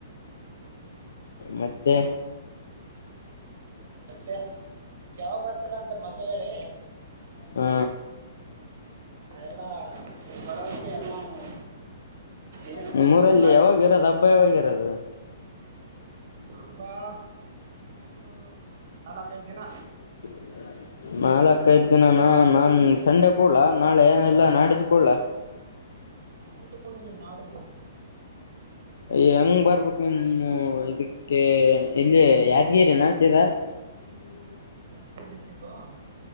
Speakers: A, on the left; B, on the right.
A: ಮತ್ತೆ
B: ಮತ್ತೆ ಯಾವಾಗ ಬರ್ತೀರಾ ಅಂತ ಮೊದಲ್ಲೇ ಹೇಳಿ
A: ಹ್ಮ
B: ಎಲ್ಲಾ ಬರೋಕ್ಕೆೆ ಎಲ್ಲಾ ನಾವು ಏನೇನು
A: ನಿಮ್
B: ಬೇಕು
A: ಊರಲ್ಲಿ
B: ಎಲ್ಲ
A: ಯಾವಾಗ ಇರೋದು ಹಬ್ಬ ಯಾವಾಗ ಇರೋದು
B: ಹಬ್ಬ ಇನ್ನೊಂದು ನಾಲ್ಕೈದ್ ದಿನ
A: <unintelligible> ನಾಲ್ಕೈದ್ ದಿನನ ನಾನ್ ಸಂಡೆ ಕೂಡ್ಲಾ ನಾಳೆ ಇಲ್ಲ ನಾಳಿದ್ದು ಕೂಡ್ಲಾ <unintelligible>
B: ನಾಳಿ ತುಕೊಂಡಿ ನೀವು ನಾಳಿದ್ದು
A: ಯ ಹಂಗ್ ಬರ್ಬೇಕ್ ನಿಮ್ಮ್ ಇದಕ್ಕೆ ಇಲ್ಲಿ ಯಾದಗಿರಿ ಸೀದಾ <unintelligible>
B: ಯದಗಿರಿ ಡಿಸ್ಟಕ್